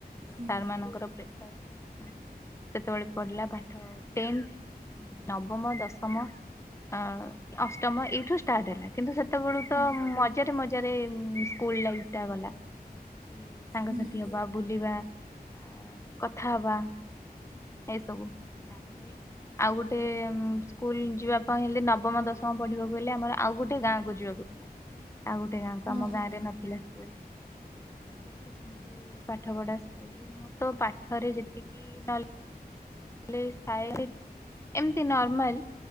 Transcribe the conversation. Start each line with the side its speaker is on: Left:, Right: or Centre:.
Right: ହୁଁ
Left: ସାର୍ ମାନଙ୍କର ପ୍ରେସର ସେତବେଳେ ପଢିଲା ପାଠ ଟେନ୍, ନବମ, ଦଶମ ଅ ଅଷ୍ଟମ ଏଇଠୁ ଷ୍ଟାର୍ଟ ହେଲା କିନ୍ତୁ ସେ ସେତବେଳୁ ତ
Right: ହୁଁ
Left: ମଜାରେ ମଜାରେ ଉଁ ସ୍କୁଲ ଲାଇଫ ଟା ଗଲା। କି ସାଙ୍ଗସାଥି
Right: ହୁଁ
Left: ହବା ବୁଲିବା ଆ କଥା ହବା। ଏସବୁ ତାପରେ ଆଉ ଗୋଟେ ଅମ୍ ସ୍କୁଲ ଯିବା ପାଇଁ ହେଲେ ନବମ, ଦଶମ ପଢିବାକୁ ହେଲେ ଆମର ଆଉ ଗୋଟେ ଗାଁକୁ ଯିବାକୁ ଥିଲା। ଆଉ ଗୋଟେ ଗାଁକୁ ଆମ
Right: ଓହୋ
Left: ଗାଁରେ ନଥିଲା ସ୍କୁଲ ତ ସେଠି ସେମତି ପାଠ ପଢା ସାରିକି ମୁଁ ତ ପାଠରେ ଯେତିକି ନଲ ଲେଜ୍ ଥାଏ ଏମତି ନର୍ମାଲ